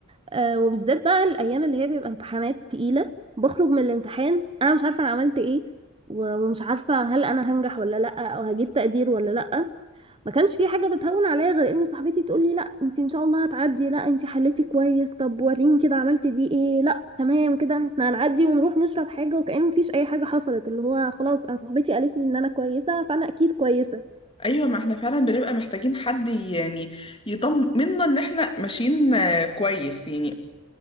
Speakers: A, on the right; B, on the left.
A: آه وبالذات بقى الايام اللي هي بيبقى امتحانات تقيلة بخرج من الامتحان انا مش عارفة انا عملت ايه و- ومش عارفة هل انا هنجح ولا لأ او هجيب تقدير ولا لأ ما كانش في حاجه بتهون عليا غير ان صاحبتي تقول لي لا انت ان شاء الله هتعدي لا انت حليتي كويس طب وريني كده عملتي دي ايه لا تمام كده احنا هنعدي ونروح نشرب حاجه وكأن مفيش اي حاجه حصلت اللي هو خلاص انا صاحبتي قالت لي ان انا كويسه فانا اكيد كويسه
B: ايوه ما احنا فعلا بنبقى محتاجين حد يعني يطمنا ان احنا ماشيين آه، كويس يعني